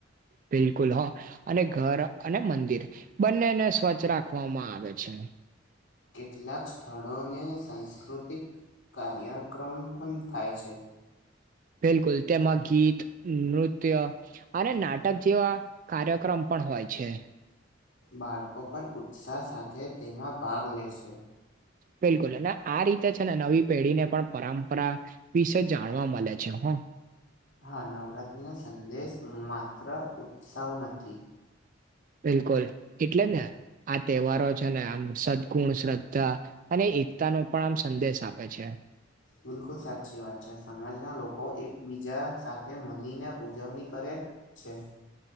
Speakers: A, on the right; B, on the left.
A: બિલકુલ હા અને ઘર અને મંદિર બંનેને સ્વચ્છ રાખવામાં આવે છે.
B: કેટલાક સ્થળોને સાંસ્કૃતિક કાર્યક્રમ પણ થાય છે.
A: બિલકુલ તેમાં ગીત, નૃત્ય અને નાટક જેવા કાર્યક્રમ પણ હોય છે.
B: બાળકો પણ ઉત્સાહ સાથે તેમાં ભાગ લે છે.
A: બિલકુલ અન આ રીતે છે ને નવી પેઢીને પણ પરંપરા વિશે જાણવા મળે છે હ.
B: હા, નવરાત્રીનો સંદેશ માત્ર ઉત્સવ નથી.
A: બિલકુલ એટલે ને આ તહેવારો છે ને આમ સદગુણ, શ્રદ્ધા અને એકતા નો પણ આમ સંદેશ આપે છે..
B: બિલકુલ સાચી વાત છે, સમાજના લોકો એકબીજા સાથે મળીને ઉજવણી કરે છે.